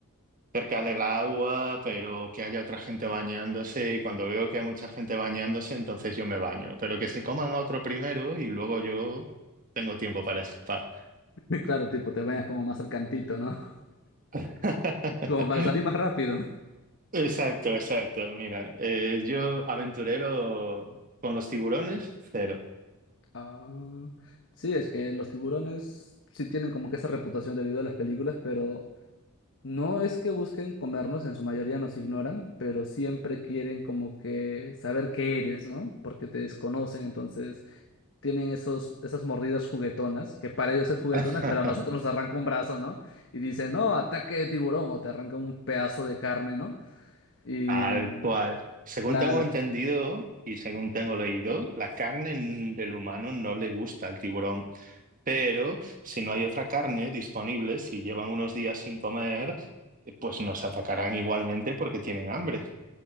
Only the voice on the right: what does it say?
cerca del agua, pero que haya otra gente bañándose y cuando veo que hay mucha gente bañándose, entonces yo me baño, pero que se coman a otro primero y luego yo tengo tiempo para escapar.
<laughs>
Exacto, exacto. Mira, eh, yo aventurero con los tiburones, cero.
<laughs>
Tal cual. Según
tengo entendido y según tengo leído, la carne del humano no le gusta al tiburón. Pero si no hay otra carne disponible, si llevan unos días sin comer, eh, pues nos atacarán igualmente porque tienen hambre.